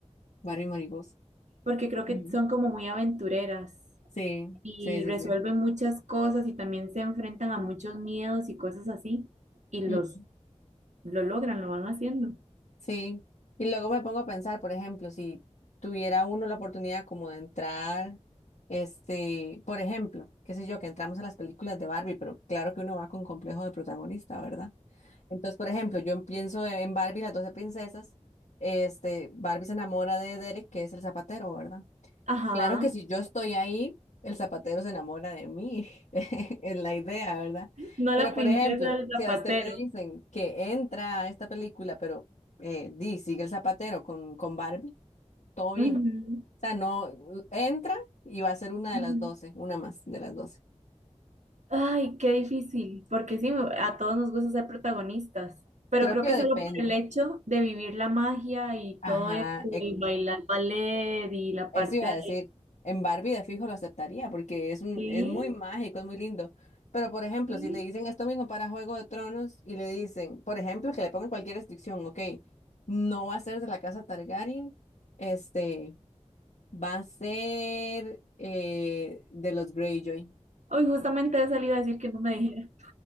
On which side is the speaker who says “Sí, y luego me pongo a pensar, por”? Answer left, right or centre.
Left